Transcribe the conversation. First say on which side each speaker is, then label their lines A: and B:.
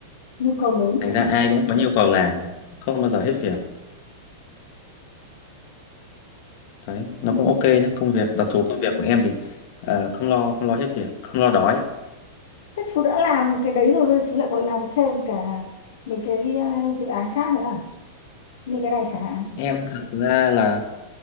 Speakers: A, on the left; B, on the left.
A: Nhu cầu lớn
B: thành
A: đúng
B: ra
A: không?
B: ai cũng có nhiều cầu làm không bao giờ hết việc đấy nó
A: Ừ.
B: cũng ok nhé công việc đặc thù công
A: Ừ.
B: việc của em thì ờ, không lo không lo hết việc không lo đói
A: Thế chú đã làm cái đấy rồi, bây giờ chú lại còn làm thêm cả mấy cái ờ, dự án khác nữa à? Như cái này chẳng hạn.
B: em thật ra là